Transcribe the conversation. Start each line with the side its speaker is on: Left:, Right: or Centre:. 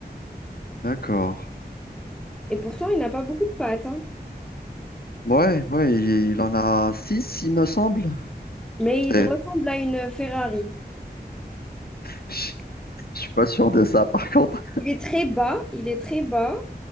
Left: D'accord.
Centre: Et pourtant, il n'a pas beaucoup de pattes, hein.
Left: Ouais, ouais, il, il en a six, il me semble.
Centre: Mais
Left: C'est-
Centre: il ressemble à une Ferrari.
Left: <laughs> Je je suis pas sûr de ça, par contre.
Centre: Il est très bas, il est très bas